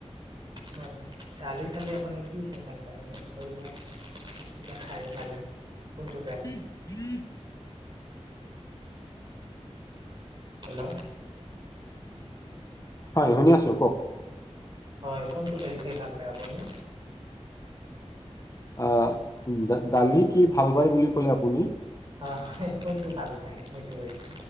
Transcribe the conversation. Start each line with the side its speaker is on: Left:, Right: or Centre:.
Right: হয় দালি-চালি আপুনি কি খাই ভাল পায় এনেই ধৰি লও এতিয়া খাই দালি কোনটো দালি।
Left: <inaudible>
Right: হেল্ল'।
Left: হয় শুনি আছো কওক।
Right: হয় কোনটো দাইল খাই ভাল পায় আপুনি?
Left: অ দ দালি কি ভাল পায় বুলি কলে আপুনি।
Right: হয়-হয় কোনটো ভাল পায় সেইটো কৈছো।